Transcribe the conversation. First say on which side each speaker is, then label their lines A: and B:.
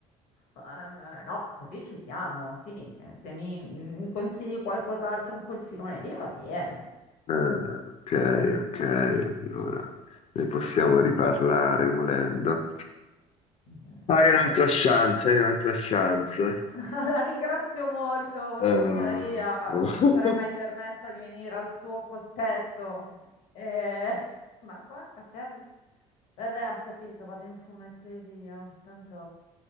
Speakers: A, on the left (about 70°); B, on the left (about 40°).
A: Eh, no, così ci siamo, sì. Se, se mi, mi consigli qualcos'altro in quel filone lì va bene.
B: Ah, ok,
A: Sì, sì.
B: ok, allora ne possiamo riparlare volendo.
A: Eh,
B: Hai
A: Quello,
B: un'altra
A: quello.
B: chance, hai un'altra chance.
A: <laughs> La ringrazio molto, Vossignoria.
B: Ah.
A: Non
B: <laughs>
A: mi sarei mai permessa di venire al suo cospetto. Eh, <laughs> ma guarda te. Vabbè, ho capito, vado in fumetteria. Tanto